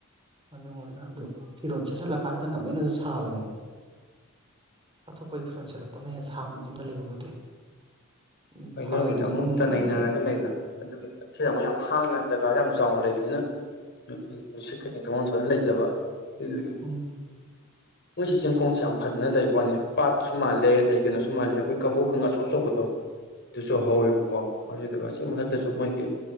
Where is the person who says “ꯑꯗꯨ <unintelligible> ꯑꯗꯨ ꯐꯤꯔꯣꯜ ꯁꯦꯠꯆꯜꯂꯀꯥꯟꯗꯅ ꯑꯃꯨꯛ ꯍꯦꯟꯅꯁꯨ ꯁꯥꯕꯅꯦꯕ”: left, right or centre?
Right